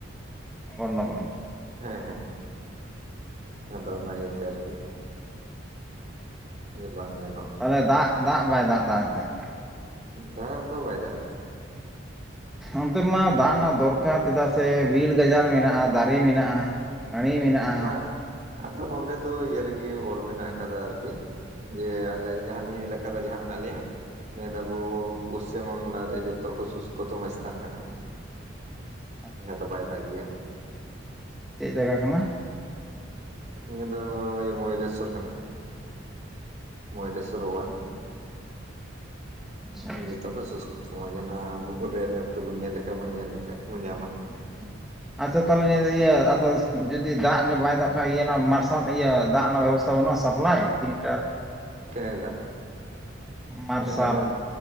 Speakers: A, in the centre; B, on the right (about 40°).
A: <inaudible>
B: ᱦᱮ ᱦᱮ᱾ ᱟᱫᱚ ᱱᱟᱭᱤᱴ ᱟᱨᱠᱤ ᱵᱟᱝ ᱜᱟᱱᱚᱜᱼᱟ᱾
A: ᱟᱞᱮ ᱫᱟᱜ ᱫᱟᱜ ᱵᱟᱭ ᱫᱟᱜ ᱮᱫᱟ ᱱᱚᱛᱮᱼᱼ
B: ᱫᱟᱜ ᱫᱚ ᱵᱟᱭ ᱫᱟᱜ ᱮᱫᱟ᱾
A: ᱚᱱᱛᱮ ᱢᱟ ᱫᱟᱜ ᱨᱮᱱᱟᱜ ᱫᱚᱨᱠᱟᱨ ᱪᱮᱫᱟᱜ ᱥᱮ ᱵᱤᱨ ᱜᱟᱡᱟᱲ ᱢᱮᱱᱟᱜᱼᱟ ᱫᱟᱨᱮ ᱢᱮᱱᱟᱜᱼᱟ᱾ ᱱᱟᱹᱲᱤ ᱢᱮᱱᱟᱜᱼᱟ
B: ᱵᱟᱝ ᱟᱫᱚ ᱱᱚᱰᱮ ᱫᱚ ᱤᱭᱟᱹ ᱨᱮᱜᱮ ᱚᱞ ᱢᱮᱱᱟᱜ ᱟᱠᱟᱫᱟ ᱟᱨᱠᱤᱼᱼ ᱡᱮ ᱟᱞᱮ ᱡᱟᱦᱟᱸ ᱱᱤᱭᱟᱹ ᱮᱞᱟᱠᱮ ᱡᱟᱦᱟᱸ ᱢᱮᱱᱟᱜ ᱞᱮᱭᱟᱼᱼ ᱱᱤᱭᱟᱹ ᱫᱚ ᱟᱵᱚ ᱯᱚᱥᱪᱤᱢ ᱵᱟᱝᱞᱟ ᱨᱮ ᱡᱚᱛᱚ ᱠᱷᱚ ᱥᱩᱥᱠᱚᱛᱚᱢ ᱮᱥᱛᱷᱟᱱ ᱠᱟᱱᱟ᱾
A: <inaudible>
B: ᱫᱚ ᱵᱟᱭ ᱜᱮᱭᱟ᱾
A: ᱪᱮᱫ ᱡᱟᱭᱜᱟ ᱠᱟᱱᱟ?
B: ᱱᱤᱭᱟᱹ ᱫᱚ ᱢᱚᱭᱨᱮᱥᱚᱨ ᱠᱟᱱᱟ᱾ ᱢᱚᱭᱩᱨᱮᱥᱥᱚᱨ ᱳᱭᱟᱱ
A: ᱟᱪᱪᱷᱟ ᱟᱪᱪᱷᱟ
B: ᱡᱚᱛᱚ ᱠᱷᱚᱭ ᱥᱩᱥᱠᱚᱼᱼ ᱛᱳ ᱡᱟᱦᱟᱱᱟᱜ ᱵᱷᱩᱜᱳᱞ ᱨᱮ ᱢᱮᱯ ᱛᱮᱵᱚᱱ ᱧᱮᱞ ᱞᱮᱠᱷᱟᱱᱡ ᱵᱚᱱ ᱧᱮᱞ ᱞᱮᱠᱷᱟᱱᱡ ᱵᱚᱱ ᱧᱟᱢᱟᱼᱼ
A: ᱦᱮᱸ ᱦᱮᱸ᱾ ᱟᱪᱪᱷᱟ ᱛᱟᱦᱚᱞᱮ ᱱᱤᱭᱟᱹ ᱟᱫᱚ ᱡᱩᱫᱤ ᱫᱟᱜ ᱱᱟᱜ ᱵᱟᱭ ᱫᱟᱠᱷᱟᱭ ᱤᱭᱟᱹ ᱢᱟᱨᱥᱟᱞ ᱤᱭᱟᱹ ᱫᱟᱜ ᱨᱮᱱᱟᱜ ᱵᱮᱵᱚᱥᱛᱷᱟᱼᱼ ᱛᱚ ᱚᱱᱟ ᱥᱟᱯᱞᱟᱭ ᱯᱷᱤᱞᱴᱟᱨᱼᱼ
B: ᱠᱮᱱᱮᱞ ᱫᱟᱜ
A: ᱢᱟᱨᱥᱟᱞ
B: ᱠᱮᱱᱮᱞ ᱫᱟᱜ